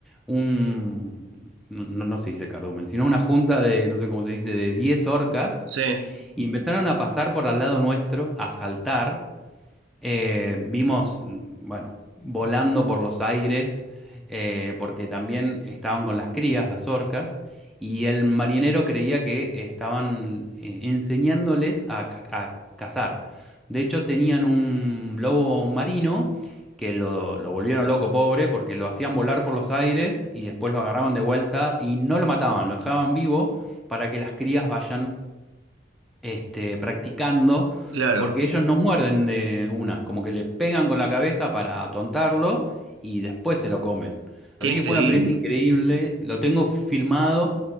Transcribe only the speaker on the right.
sí,
claro.
Qué
increíble.